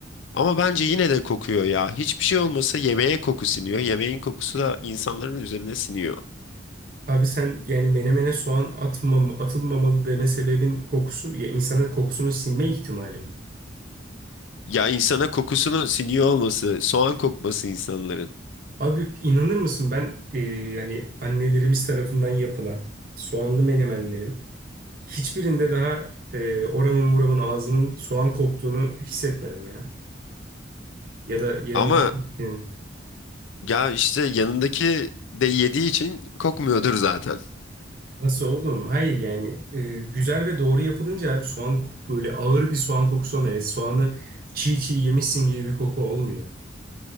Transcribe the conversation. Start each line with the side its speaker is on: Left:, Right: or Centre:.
Left: Ama bence yine de kokuyor ya. Hiçbir şey olmasa yemeğe koku siniyor. Yemeğin kokusu da insanların üzerine siniyor.
Right: Abi sen yani menemene soğan atmam, atılmamalı deme sebebin kokusu ya insanın kokusunu sinme ihtimali mi?
Left: Ya insana kokusunun siniyor olması, soğan kokması insanların.
Right: Abi inanır mısın ben e, yani annelerimiz tarafından yapılan soğanlı menemenlerin Hiçbirinde daha e, oramın buramın ağzımın soğan koktuğunu hissetmedim ya. Ya da yanımdaki
Left: Ama
Right: kişinin.
Left: ya işte yanındaki de yediği için kokmuyordur zaten.
Right: Nasıl oğlum? Hayır yani e, güzel ve doğru yapılınca abi soğan koku böyle ağır bir soğan kokusu olmuyor. Yani soğanı çiğ çiğ yemişsin gibi bir koku olmuyor.